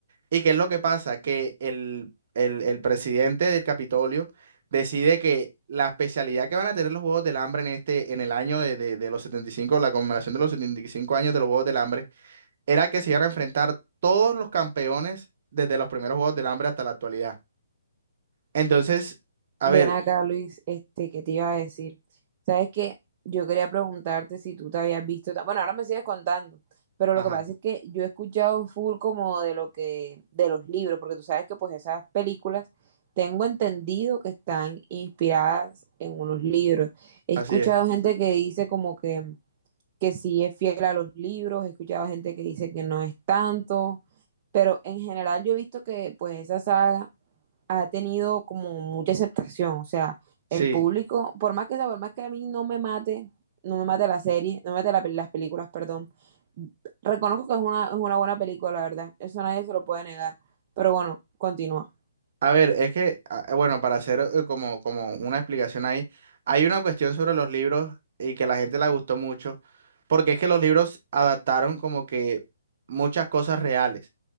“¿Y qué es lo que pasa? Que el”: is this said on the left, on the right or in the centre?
Right